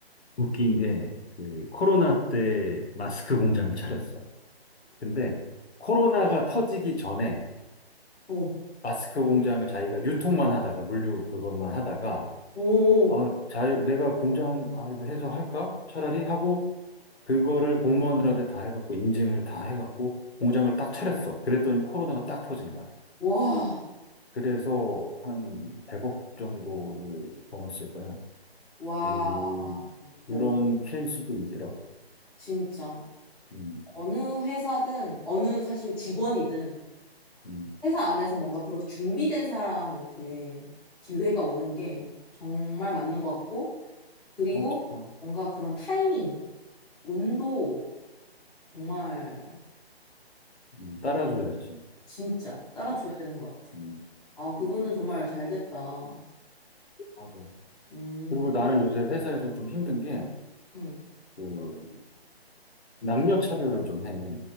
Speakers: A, on the left (about 80°); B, in the centre.
A: 웃긴 게 그 코로나 때 마스크 공장을 차렸어. 근데 코로나가 터지기 전에
B: 오,
A: 마스크 공장을 자기가 유통만 하다가 물류 그것만 하다가
B: 오,
A: 어, 자, 내가 공장 아 이거 해서 할까? 차라리 하고 그거를 공무원들한테 다 해갖고 인증을 다 해갖고 공장을 딱 차렸어. 그랬더니 코로나가 딱 터진 거야.
B: 와,
A: 그래서 한 100억 정도를 벌었을 거야.
B: 와,
A: 그, 이런
B: 너
A: 케이스도 있더라고.
B: 진짜
A: 음,
B: 어느 회사든 어느 사실 직원이든
A: 음,
B: 회사 안에서 뭔가 그렇게 준비된 사람한테 기회가 오는 게 정말 맞는 것 같고 그리고
A: 맞죠.
B: 뭔가 그런 타이밍, 운도 정말
A: 음, 따라줘야지.
B: 진짜 따라줘야
A: 음,
B: 되는 것 같아.
A: 음,
B: 아, 그분은
A: 음.
B: 정말 잘 됐다.
A: 맞아.
B: 음,
A: 그리고 나는 요새 회사에서 좀 힘든 게,
B: 음.
A: 그, 남녀 차별을 좀 해.